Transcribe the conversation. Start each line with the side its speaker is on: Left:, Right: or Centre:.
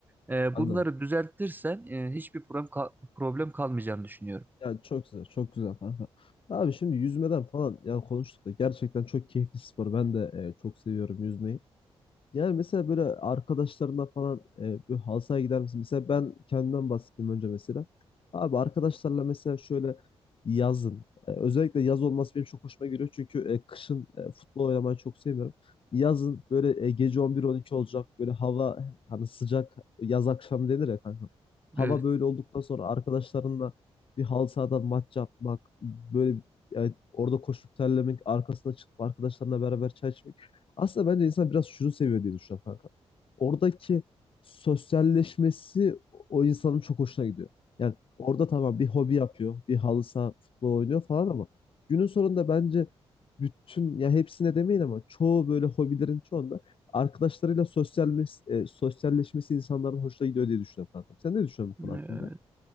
Right: Ee,
Left: anladım.
Right: bunları düzeltirsen e, hiçbir problem ka- problem kalmayacağını düşünüyorum.
Left: Yani çok güzel, çok güzel kanka. Abi şimdi yüzmeden falan yani konuştuk da gerçekten çok keyifli spor. Ben de e, çok seviyorum yüzmeyi. Yani mesela böyle arkadaşlarına falan e, böyle halı sahaya gider misin? Mesela ben kendimden bahsettim önce mesela. Abi arkadaşlarla mesela şöyle yazın. e, özellikle yaz olması benim çok hoşuma gidiyor. Çünkü e, kışın e, futbol oynamayı çok sevmiyorum. Yazın böyle e, gece 11-12 olacak. Böyle hava hani sıcak yaz akşamı denir ya kanka. Hava
Right: Evet.
Left: böyle olduktan sonra arkadaşlarınla bir halı sahada maç yapmak. Böyle bir, e, orada koşup terlemek. Arkasına çıkıp arkadaşlarına beraber çay içmek. Aslında bence insan biraz şunu seviyor diye düşünüyorum kanka. Oradaki sosyalleşmesi o insanın çok hoşuna gidiyor. Yani orada tamam bir hobi yapıyor, bir halı saha futbol oynuyor falan ama günün sonunda bence bütün ya hepsine demeyin ama çoğu böyle hobilerin çoğunda arkadaşlarıyla sosyal, mes- e, sosyalleşmesi insanların hoşuna gidiyor diye düşünüyorum kankam. Sen ne düşünüyorsun bu
Right: Evet.
Left: konu hakkında?